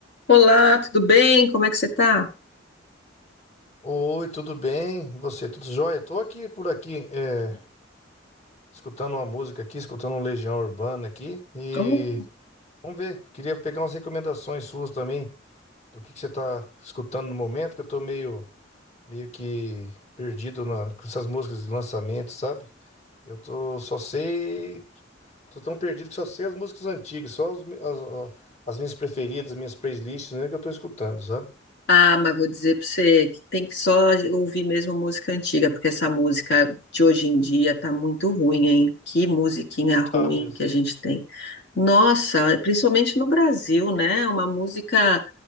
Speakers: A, on the left; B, on the left.
A: Olá, tudo bem? Como é que você tá?
B: Oi, tudo bem? E você, tudo jóia? Tô aqui por aqui, é, escutando uma música aqui, escutando um Legião Urbana aqui. E
A: Oh.
B: vamos ver, queria pegar umas recomendações suas também, do que que você tá escutando no momento, que eu tô meio, meio que perdido na- com essas músicas de lançamento, sabe? Eu tô só sei, tô tão perdido que só sei as músicas antigas, só os mi- as, ó, as minhas preferidas, as minhas playlists mesmo que eu tô escutando, sabe?
A: Ah, mas vou dizer para você que tem que só ouvir mesmo música antiga, porque essa música de hoje em dia tá muito ruim, hein? Que musiquinha ruim
B: Tá mesmo.
A: que a gente tem. Nossa, principalmente no Brasil, né? Uma música